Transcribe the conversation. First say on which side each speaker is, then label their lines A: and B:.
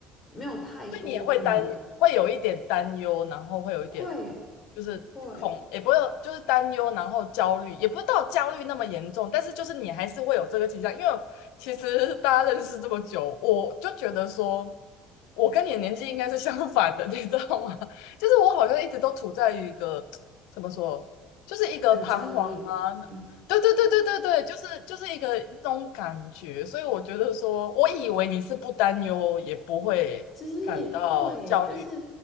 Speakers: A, on the left (about 35°); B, on the left (about 80°).
A: 没有太多，
B: 所以你也会担，
A: 可能
B: 会有一点担忧，然后会有一点
A: 会
B: 就是恐，
A: 会
B: 也不会就是担忧，然后焦虑，也不到焦虑那么严重，但是就是你还是会有这个倾向，
A: 嗯
B: 因为其实大家认识这么久，我就觉得说，我跟你的年纪应该是相反的，<laughs> 你知道吗？<laughs> 就是我好像一直都处在于一个怎么说，就是一个彷徨啊，
A: 很焦虑，嗯。
B: 对对对对对对，就是就是一个那种感觉，所以我觉得说，我以为你是不担忧，也不会感到焦虑，
A: 其实也会耶，就是，